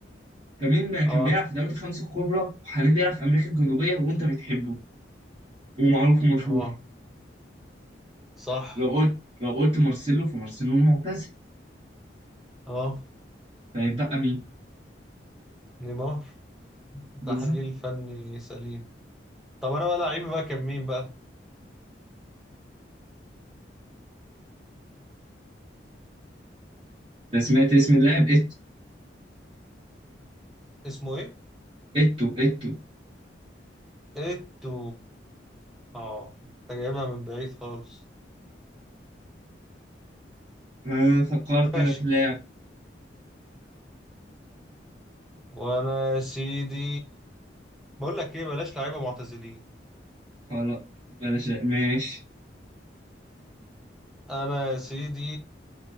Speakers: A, on the right; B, in the centre.
A: فمين كان
B: اه
A: بيلعب في الدوريات الخمسة الكبرى وحاليا بيلعب في أمريكا الجنوبية وأنت بتحبه ومعروف ومشهور
B: اه صح
A: لو قلت لو قلت مارسيلو فمارسيلو المعتزل
B: اه
A: فهيتبقى مين؟
B: نيمار
A: بالظبط
B: تحليل فني سليم طب انا بقى لعيب بقى كان مين بقى
A: أنا سمعت اسم اللاعب إت...
B: اسمه ايه
A: إتو إتو
B: ايتو اه انت جايبها من بعيد خالص
A: آه فكرت
B: ماشي
A: أنا في اللاعب
B: وانا يا سيدي بقول لك ايه بلاش لعيبه معتزلين
A: خلاص بلاش لا. ماشي
B: انا يا سيدي